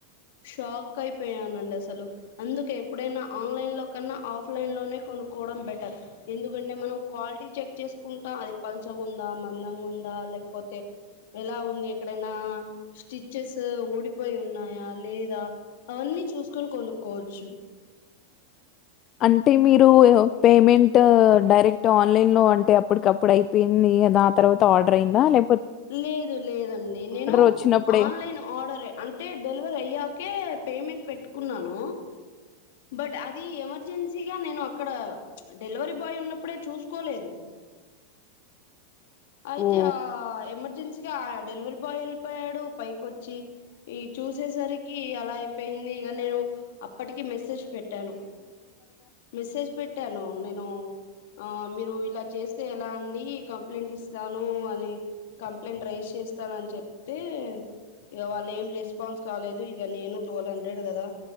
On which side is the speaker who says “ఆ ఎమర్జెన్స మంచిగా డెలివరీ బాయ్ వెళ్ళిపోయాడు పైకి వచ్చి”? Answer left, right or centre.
Left